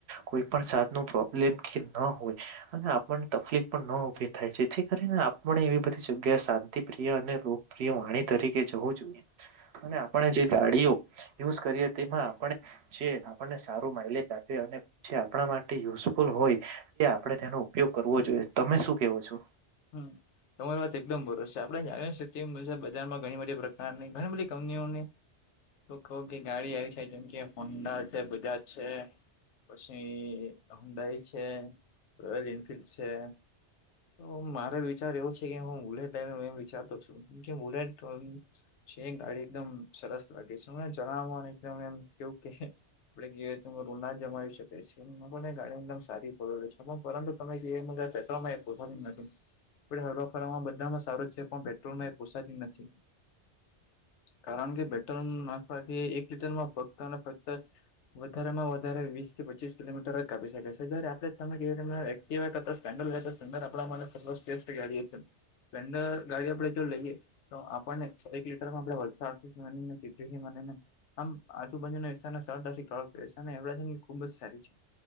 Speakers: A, on the right; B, on the left.
A: કોઈ પણ જાતનું લેમ કે ના હોય. અને આપણને તપલીફ પણ ન ઉભી થાય, જેથી કરીને આપણે એવી બધી જગ્યાએ શાંતિપ્રિય અને રોગ પ્રિય વાણી તરીકે જવું જોઈએ. અને આપણે જે ગાડીઓ યુઝ કરીએ, તેમાં આપણે જે આપણને સારું માઇલેજ આપે અને જે આપણા માટે યુઝફુલ હોય, એ આપણે તેનો ઉપયોગ કરવો જોઈએ. તમે શું કેવો છો?
B: હં. તમારી વાત એકદમ બરોબર છે. આપણે જાણીએ છે તેમ, બજારમાં ઘણી બધી પ્રકારની, ઘણી બધી કંપનીઓની તો કવ કે ગાડી આવી જાય, કેમ કે હોંડા છે, બજાજ છે પછી હુંડાઈ છે, રોયલ એનફિલ્ડ છે. તો મારે વિચાર એવો છે કે હું બુલેટ લઈ લઉં, એવું વિચારતો છું. કેમ કે બુલેટ છે ગાડી એકદમ સરસ લાગે છે. હમણા જણાવા પ્રમાણે એકદમ એમ કેવું કે આપડે ગઈએ તો રૂલ ના જમાવી શકીએ છીએ. લોકોને ગાડી એકદમ શું સારી પરવડે છે, પરંતુ તમે કીયુ એમ <unintelligible> પેટ્રોલમાં એ પોસાતી જ નથી. પણ હરવા ફરવામાં બધામાં સારો જ છે, પણ પેટ્રોલમાં એ પોસાાતી નથી. કારણ કે પેટ્રોલ નાખવાથી એક લીટરમાં ફક્ત ને ફક્ત વધારે માં વધારે વીસ થી પચીસ કિલોમીટર જ કાપી શકે છે, જ્યારે આપડે જ તમે કીયુ <unintelligible> તેવા કરતા સ્ટાન્ડર્ડ રહેતા સ્ટાર્ન્ડ આપડા માટે <unintelligible> સ્પેસ ફ્રી ગાડી એકદમ થંડર ગાડી આપડે જો લઈએે તો આપણને એક લીટરમાં આપણે વલસાડથી માંડીને, ને ચીખલીથી માંડીને આમ આજુબાજુના વિસ્તારને સરળતાથી કવર કરે છે, અને એવરેજ એની ખૂબ જ સારી છે.